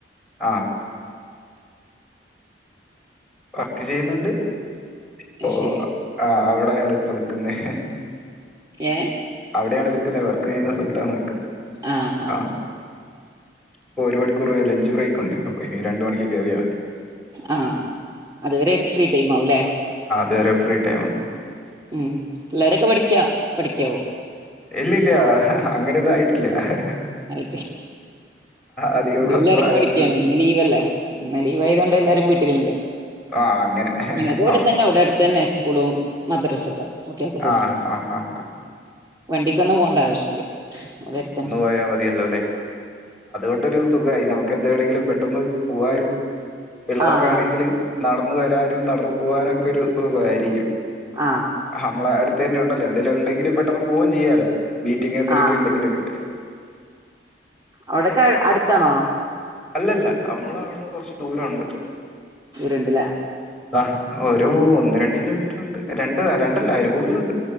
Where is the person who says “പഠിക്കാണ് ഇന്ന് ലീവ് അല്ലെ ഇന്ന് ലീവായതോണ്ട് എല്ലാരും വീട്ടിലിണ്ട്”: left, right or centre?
Right